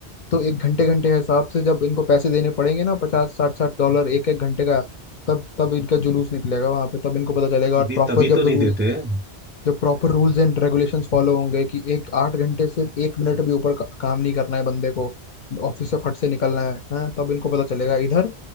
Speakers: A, on the left; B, on the right.
A: तो एक घंटे घंटे के हिसाब से जब इनको पैसे देने पड़ेंगे ना पचास साठ साठ डॉलर एक एक घंटे का तब तब इनका जुलूस निकलेगा वहां पे तब इनको पता चलेगा और
B: तभी
A: प्रॉपर
B: तभी
A: जब
B: तो नहीं
A: रूल
B: देते हैं
A: जो proper rules and regulations follow होंगे कि एक आठ घंटे से एक मिनट भी ऊपर का, काम नहीं करना है बंदे को ऑफिस से फट से निकलना है हाँ तब इनको पता चलेगा इधर